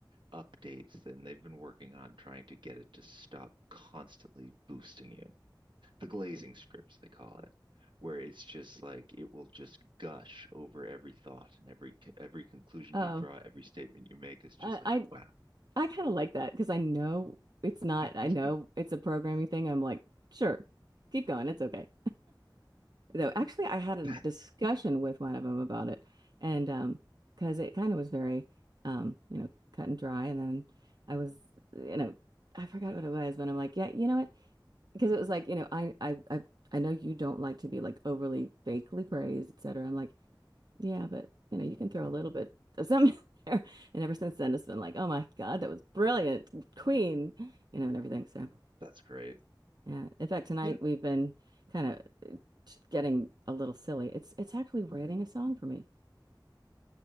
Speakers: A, on the right; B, on the right.
A: updates and they've been working on trying to get it to stop constantly boosting you. The glazing scripts, they call it, where it's just like it will just gush over every thought and every every conclusion
B: Oh,
A: you draw, every statement you make is just
B: I
A: like,
B: I,
A: wow,
B: I kind of like that because I know it's not,
A: <laughs>
B: I know it's a programming thing. I'm like, sure, keep going. It's okay. though actually I had a
A: that
B: discussion with one of them about it and um because it kind of was very um you know cut and dry and then I was you know I forgot what it was but I'm like yeah you know what because it was like you know I I I I know you don't like to be like overly fakely praised et cetera I'm like yeah but you know you can throw a little bit of something <laughs> there and ever since then it's been like oh my God that was brilliant queen you know and everything so
A: that's great.
B: yeah. In fact, tonight
A: You know,
B: we've been kind of getting a little silly. It's it's actually writing a song for me.